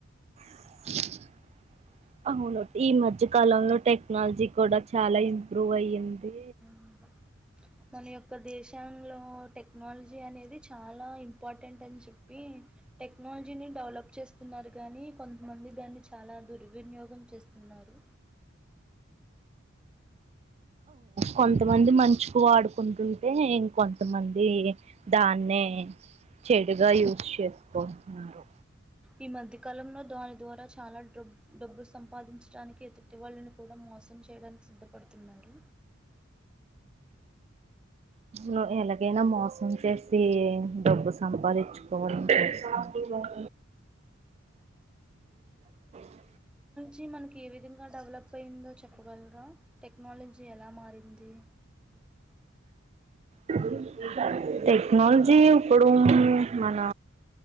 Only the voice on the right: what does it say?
<unintelligible>
అవున ఈ మధ్యకాలంలో టెక్నాలజీ కూడా చాలా ఇంప్రూవ్ అయింది.
కొంతమంది మంచుకు వాడుకుంటుంటేం, కొంతమంది దాన్ని నే చెడుగా యూజ్ చేసుకుంటున్నారు.
ను ఎలాగైనా మోసం చేసి డబ్బు సంపాదించుకోవాలని చూస్ <inaudible>
అ టెక్నాలజీ ఇప్పుడు మన